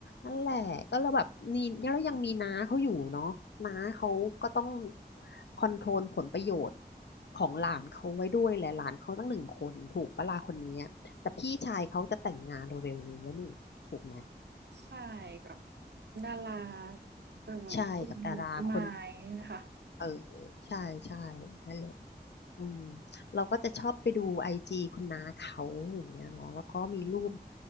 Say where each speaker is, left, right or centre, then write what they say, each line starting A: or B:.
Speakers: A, on the left; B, on the right.
A: นั่นแหละ ก็เราแบบนี่แล้วยังมีน้าเขาอยู่เนาะน้าเขาก็ต้องคอนโทรลผลประโยชน์ของหลานเขาไว้ด้วยแหละหลานเขาตั้งหนึ่งคนถูกปะล่ะคนนี้ แต่พี่ชายเขาจะแต่งงานเร็วๆนี้แล้วนี่ถูกไหม
B: ใช่แบบดาราเอ่อคุณ
A: ใช่กับดาราคน
B: ไมานะคะ
A: เออใช่ใช่นั่นแหละ อืมเราก็จะชอบไปดูไอจีคุณน้าเขาอย่างเงี้ยเนาะแล้วก็มีรูป